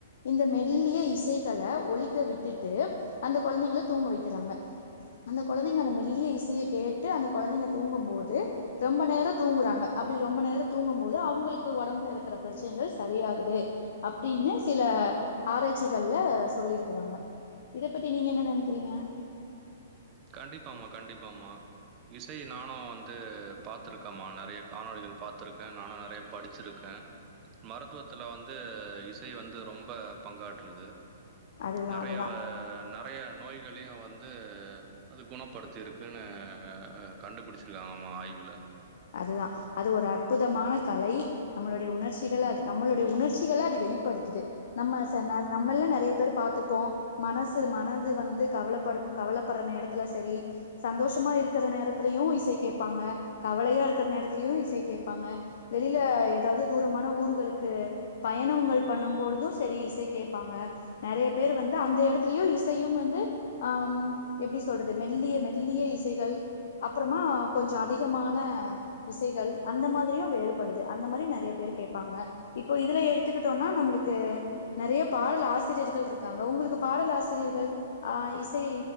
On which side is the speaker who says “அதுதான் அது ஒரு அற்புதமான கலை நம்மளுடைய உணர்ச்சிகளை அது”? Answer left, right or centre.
Left